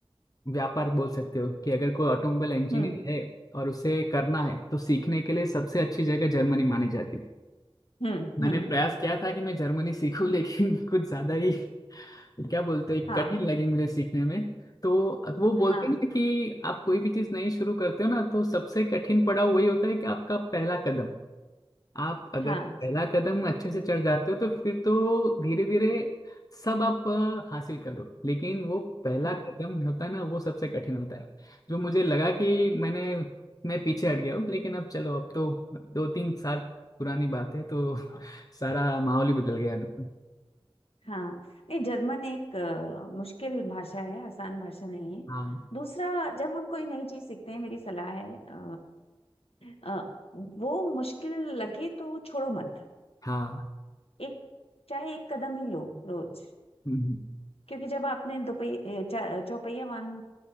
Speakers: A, on the left (about 40°); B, on the left (about 80°).
A: व्यापार बोल सकते हो कि अगर कोई ऑटोमोबाइल इंजीनियर
B: हम्म
A: है और उसे करना है तो सीखने के लिए सबसे अच्छी जगह जर्मनी मानी जाती थी
B: हम्म
A: मैंने
B: हम्म हम्म,
A: प्रयास किया था कि मैं जर्मनी सीखूं लेकिन <laughs> कुछ ज्यादा ही क्या बोलते हैं
B: हाँ
A: कठिन लगी मुझे सीखने में तो वो बोलते
B: हाँ
A: हैं कि आप कोई भी चीज नई शुरू करते हो ना तो सबसे कठिन पड़ाव वही होता है कि आपका पहला कदम आप अगर
B: हाँ
A: पहला कदम अच्छे से चढ़ जाते हो तो फिर तो धीरे धीरे सब आप अ, हासिल कर लो लेकिन वो पहला
B: हाँ
A: कदम होता है ना वो सबसे कठिन होता है जो मुझे लगा कि मैंने मैं पीछे हट गया हूँ लेकिन अब चलो अब तो दो तीन साल पुरानी बात है तो सारा माहौल ही बदल गया अभी तो
B: हाँ नहीं जर्मन एक अ, मुश्किल भाषा है आसान भाषा नहीं है
A: हाँ
B: दूसरा जब हम कोई नई चीज सीखते हैं मेरी सलाह है अ, अ, वो मुश्किल लगे तो छोड़ो मत
A: हाँ
B: एक चाहे एक कदम ही लो रोज
A: हम्म,
B: क्योंकि जब आपने दोपहिया चा- चौपहिया वाहन